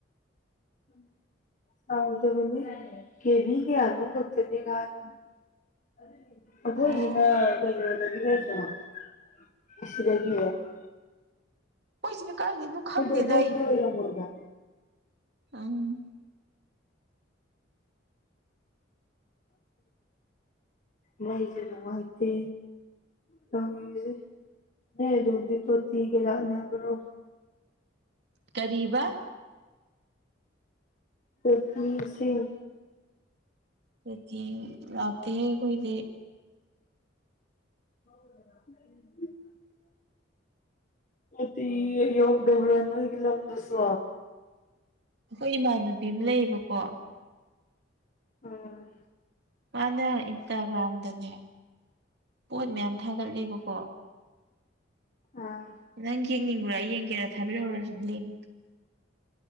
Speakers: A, on the left (about 40°); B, on the right (about 60°).
A: ꯎ ꯑꯗꯕꯅꯤ ꯀꯦꯅꯤ ꯀꯅꯨ ꯀꯛꯇꯅꯤꯒꯒꯥ <inaudible>
B: ꯑꯣ ꯍꯣꯏ ꯁꯤꯗ ꯀꯥꯏꯗꯩꯅꯣ ꯈꯪꯗꯦꯗ
A: ꯍꯣꯏꯗ ꯑꯗꯣ ꯑꯗꯣꯝ ꯑꯣꯏꯔꯝꯃꯣꯏꯗ꯭ꯔꯥ
B: ꯑꯪ
A: ꯃꯩꯖꯦ ꯅꯨꯡꯉꯥꯏꯇꯦ ꯇꯧꯋꯦꯌꯦ ꯅꯣꯏ ꯑꯗꯣꯝꯗꯤ ꯇꯣꯇꯤꯒ ꯂꯥꯛꯅꯕ꯭ꯔꯣ
B: ꯀꯔꯤꯕꯥ
A: ꯇꯣꯇꯤ ꯏꯁꯤꯡ
B: ꯇꯣꯇꯤꯡ ꯂꯥꯛꯇꯦꯍꯦ ꯑꯈꯣꯏꯗꯤ
A: <unintelligible> <unintelligible> ꯇꯣꯇꯤꯒ ꯌꯧꯗꯕ꯭ꯔꯥ ꯅꯪꯒꯤ ꯂꯝꯗꯨꯁꯨ
B: ꯑꯩꯈꯣꯏ ꯏꯃꯥꯟꯅꯕꯤ ꯑꯃ ꯂꯩꯌꯦꯕꯀꯣ
A: ꯎꯝ
B: ꯃꯥꯅ ꯏꯟꯁꯇ꯭ꯔꯒ꯭ꯔꯥꯝꯗꯅꯦ ꯄꯣꯠ ꯃꯌꯥꯝ ꯊꯥꯒꯠꯂꯦꯕꯀꯣ
A: ꯑꯥ
B: ꯅꯪ ꯌꯦꯡꯅꯤꯡꯕ꯭ꯔꯥ ꯌꯦꯡꯒꯦꯔꯥ ꯊꯥꯕꯤꯔꯛꯎꯔꯥ ꯁꯤ ꯂꯤꯡ